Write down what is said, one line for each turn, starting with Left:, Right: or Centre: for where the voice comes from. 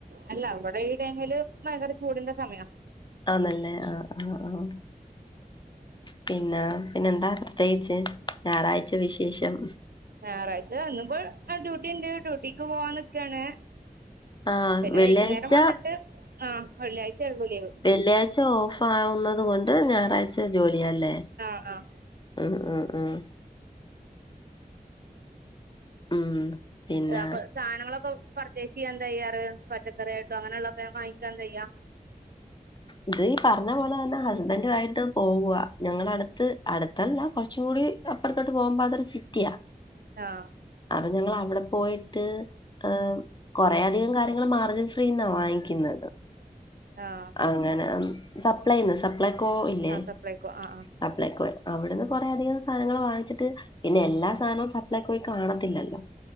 Right: അല്ല, വടെ ഈ ടൈമില് ഭയങ്കര ചൂടിന്റെ സമയ
Left: ആന്നല്ലേ ആഹ് ആഹ് ആഹ് പിന്നാ പിന്നെന്താ പ്രത്യേകിച്ച്, ഞാറാഴ്ച വിശേഷം?
Right: ഞാറാഴ്ച ഇന്ന്പ്പോ ആ ഡ്യൂട്ടിണ്ട്, ഡ്യൂട്ടിക്ക് പോവാൻനിക്കാണ്.
Left: ആഹ്
Right: പിന്നെ
Left: വെള്ളിയാഴ്ച
Right: വൈകുന്നേരം വന്നിട്ട് ആഹ് വെള്ളിയാഴ്ചെ ഒള്ളു ലീവ്
Left: വെള്ളിയാഴ്ച ഓഫ് ആവുന്നത് കൊണ്ട് ഞാറാഴ്ച ജോലിയാ ല്ലേ?
Right: ആഹ് ആഹ്
Left: ഉം ആഹ് ആഹ് ഉം.. പിന്നെ
Right: അപ്പൊ സാനങ്ങളൊക്കെ പർച്ചേസിയ്യാൻ എന്തായ്യാറ് പച്ചക്കറി ആായിട്ടോ അങ്ങനെള്ള ഒക്കെ വാങ്ങിക്കാ എന്തായ്യ
Left: ഇത് ഈ പറഞ്ഞ പോലെ തന്നെ ഹസ്ബൻഡു ആയിട്ട് പോവ്വ ഞങ്ങള അട്ത്ത് അട്ത്തല്ല കൊറച്ചും കൂടി അപ്പറത്തോട്ട് പോവുമ്പോ അതൊരു സിറ്റാ
Right: ആഹ്
Left: അപ്പ ഞങ്ങൾ അവടെ പോയിട്ട് ആഹ് കൊറേഅധികംകാര്യങ്ങൾ മാർജൻ ഫ്രീന്നാ വാങ്ങിക്ക്ന്നത്
Right: ആഹ്
Left: അങ്ങനെ സപ്ലൈന്ന് സപ്ലൈകോ ഇല്ലേ
Right: ആഹ് സപ്ലൈക്കോ ആഹ് ആഹ്
Left: സപ്ലൈകോ അവിടുന്ന് കൊറെ അധികം സാനങ്ങള് വാങ്ങിച്ചിട്ട് പിന്നെ എല്ലാ സാനവും സപ് സപ്ലൈകോയി കാണത്തില്ലല്ലോ